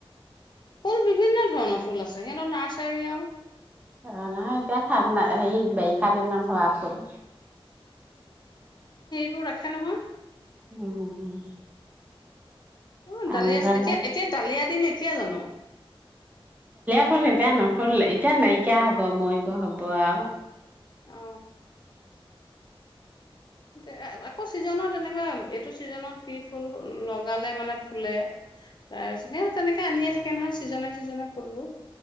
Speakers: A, on the left; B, on the right.
A: ফুল বিভিন্ন ধৰণৰ ফুল আছ সিঁহতৰ নাৰ্চাৰী আৰু।
B: অ', নাই এতিয়া ঠাণ্ডা, হেৰী বাৰিষা দিনত হোৱা ফুল।
A: মোৰ ৰাক্ষে নহয়।
B: উম
A: উম দালিয়াছ
B: আমি ভাল
A: এতিয়া এতিয়েন্ ডালিয়া দিনে- থিয়ে জানো?
B: ফল এতিয়া নফলে এতিয়া নাইকিয়া হ'ব মইৱ হ'ব আৰু-
A: অ তেএ-আকৌ ছিজনত এনেকে, এইটো ছিজনত কি ফুল লগালে মানে ফুলে? তাৰছিঅত তেনেকে আনিয়ে থাকে নহয় ছিজনে ছিজনে ফুলবোৰ-